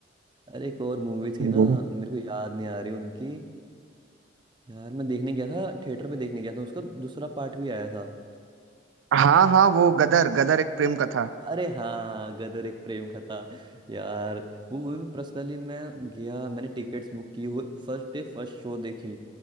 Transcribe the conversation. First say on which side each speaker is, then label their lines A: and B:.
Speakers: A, on the right; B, on the right.
A: अरे एक और मूवी थी
B: वो
A: ना मेरे को याद नहीं आ रही उनकी यार मैं देखने गया था थिएटर पे देखने गया था उसका दूसरा पार्ट भी आया था
B: हाँ हाँ वो गदर गदर एक प्रेम कथा
A: अरे हाँ गदर एक प्रेम कथा यार वो मूवी में पर्सनली मैं गया मैंने टिकट्स बुक की और फर्स्ट डे फर्स्ट शो देखी